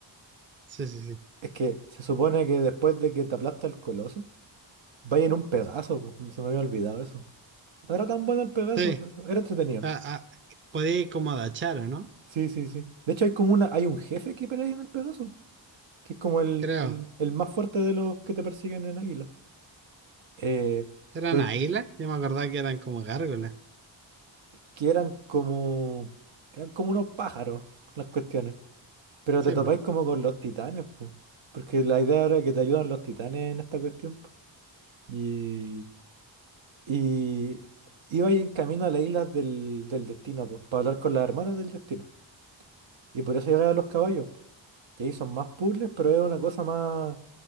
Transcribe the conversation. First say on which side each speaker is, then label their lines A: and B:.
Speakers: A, on the right; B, on the right.
A: Sí, sí, sí.
B: Es que se supone que después de que te aplasta el coloso, Vaya en un Pegaso, po, no Se me había olvidado eso. No era tan bueno el Pegaso,
A: Sí,
B: pero era entretenido.
A: ah, ah, podía ir como agachar, ¿o no?
B: Sí, sí, sí. De hecho, hay como una, hay un jefe que pelea en el Pegaso, que es como el,
A: Creo.
B: el- el más fuerte de los que te persiguen en Águila. Eh,
A: ¿Eran
B: pero
A: águilas? Yo me acordaba que eran como gárgolas.
B: que eran como, eran como unos pájaros las cuestiones. Pero
A: Sí,
B: te topáis
A: pues.
B: como con los titanes, po. Porque la idea era que te ayudan los titanes en esta cuestión, po. Y, y iba ahí en camino a las islas del, del destino, pues, para hablar con las hermanas del destino. Y por eso llegan los caballos. po. Y ahí son más puzzles, pero es una cosa más...